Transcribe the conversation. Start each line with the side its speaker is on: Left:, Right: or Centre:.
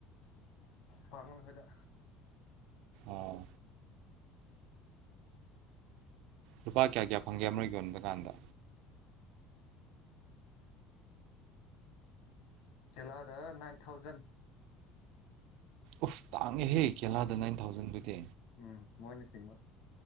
Left: ꯄꯥꯥꯉꯟ ꯍꯣꯏꯗ
Right: ꯑꯣ ꯂꯨꯄꯥ ꯀꯌꯥ ꯀꯌꯥ ꯐꯪꯒꯦ ꯑꯃꯔꯛ ꯌꯣꯟꯕ ꯀꯥꯟꯗ
Left: ꯊꯦꯂꯗ ꯅꯥꯏꯟ ꯊꯥꯎꯖꯟ
Right: ꯎꯐ ꯇꯥꯡꯉꯦꯍꯦ ꯈꯦꯂꯥꯗ ꯅꯥꯏꯟ ꯊꯥꯎꯖꯟꯗꯨꯗꯤ
Left: ꯎꯝ ꯃꯣꯏꯅ ꯁꯤꯡꯕ